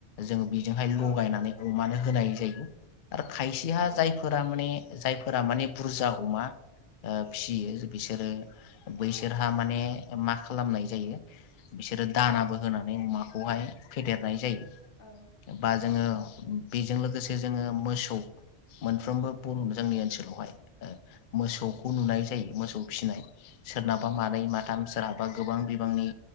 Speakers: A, on the left; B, on the left.
A: जों हाय
B: औ
A: लगायनानै ओ मानो होनाय जायो खायसेहा
B: औ
A: जायफोरा माने जायफोरा माने बुरजा अमा ओ फियो बिसोरो बैसोरहा माने मा खालामनाय जायो बिसोरो दानाबो होनानै अमाखौहाय फेदेरनाय जायो।
B: औ
A: बा जोङो बेजों लोगोसे जोङो मोसौ मोन फ्रोमबो बुङ जोंनि ओनसोलावहाय ओ मोसौखौ नुनाय जायो मोसौ फिसिनाय सोरनाबा मानै माथाम सोरहाबा गोबां बिबांनि